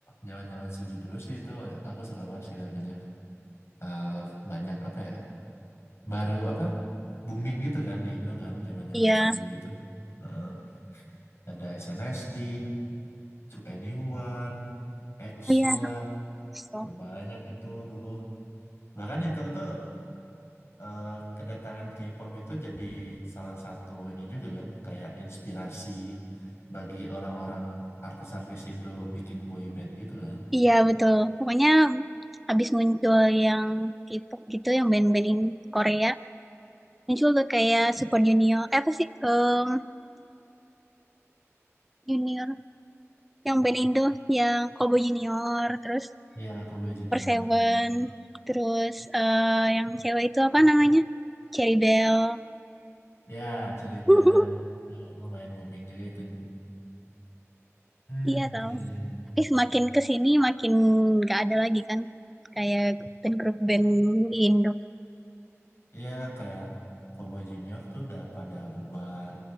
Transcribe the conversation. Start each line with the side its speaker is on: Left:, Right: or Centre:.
Left: zaman-zaman suju dulu sih itu aku suka banget sih lagunya. Eh, banyak apa ya? Baru apa? Booming gitu kan di Indo kan zaman-zaman
Centre: Iya.
Left: suju gitu. Eh, ada SNSD, To Anyone, EXO
Centre: Oh iya.
Left: lah,
Centre: So.
Left: udah banyak itu dulu. Bahkan itu tuh eh, kedatangan K-pop itu jadi salah satu ini juga kan kayak inspirasi bagi orang-orang artis-artis Indo bikin boy band gitu kan.
Centre: Iya betul. Pokoknya habis muncul yang K-pop gitu, yang band-band in Korea, muncul tuh kayak Super Junior, eh, apa sih? Em, junior, yang band Indo, yang Kobo Junior, terus
Left: Ya, Kobe Junior.
Centre: Per Seven, terus eh, yang cewek itu apa namanya? Cherry Bell.
Left: Ya, Cherry
Centre: <laughs>
Left: Bell. Eh, Lumayan booming juga itu dulu. Hmm,
Centre: Iya tau.
Left: ya, ya, ya.
Centre: Tapi semakin kesini makin gak ada lagi kan, kayak band grup band Indo,
Left: Iya, kayak Cowboy Junior tuh udah pada bubar,